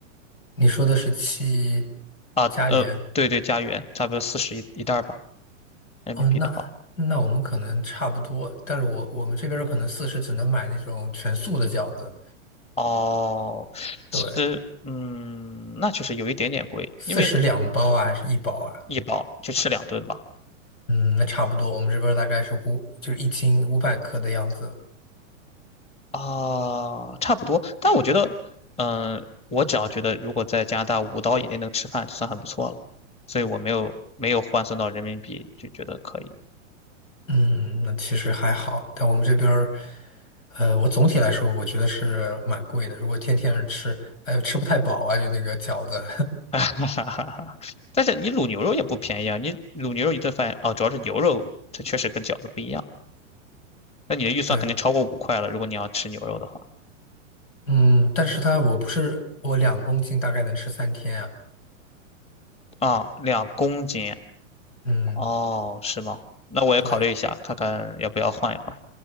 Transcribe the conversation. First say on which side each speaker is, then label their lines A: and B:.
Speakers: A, on the left; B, on the left.
A: 你说的是七
B: 啊，
A: 家园
B: 呃，对对，加元差不多四十一一袋儿吧，人民币的话。
A: 哦，那那我们可能差不多，但是我我们这边儿可能四十只能买那种全素的饺子，
B: 哦，其实，
A: 对，
B: 嗯，那确实有一点点贵，
A: 四十两包啊，
B: 因为
A: 还是一包啊？
B: 一包就吃两顿吧。
A: 嗯，那差不多，我们这边儿大概是五，就是一斤五百克的样子。
B: 啊，差不多。但我觉得，嗯，我只要觉得如果在加拿大五刀以内能吃饭，就算很不错了。所以我没有没有换算到人民币，就觉得可以。
A: 嗯，那其实还好，但我们这边儿呃，我总体来说我觉得是蛮贵的，如果天天吃，哎呦，吃不太饱啊，就那个饺子，
B: <laughs> 哈哈哈。但是你卤牛肉也不便宜啊，你卤牛肉一顿饭啊，主要是牛肉，它确实跟饺子不一样。那你的预算肯定超过五块了，
A: <laughs> 对。
B: 如果你要吃牛肉的话。
A: 嗯，但是它我不是我两公斤大概能吃三天啊，
B: 啊，两公斤，
A: 嗯，
B: 哦，是吗？那我也考虑一下，
A: 对
B: 看看要不要换一换。